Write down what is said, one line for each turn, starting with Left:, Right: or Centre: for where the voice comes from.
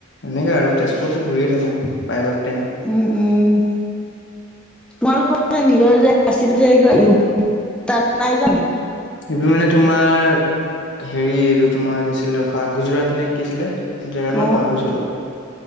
Left: এনেকে, আৰু তেজপুৰতো ঘূৰিয়েই থাকোঁ প্ৰায়ভাগ টাইম
Centre: উম, উম। তোমালোকৰ যে নিজৰ যে আছিল যে ইউ পি। তাত নাই যোৱা নেকি
Left: ইউ পি মানে তোমাৰ হেৰি এইটো তোমাৰ কি আছিল ৰখা গুজৰাট নে কি আছিলে। জেগাত
Centre: অ
Left: নাম পাহৰিছিললো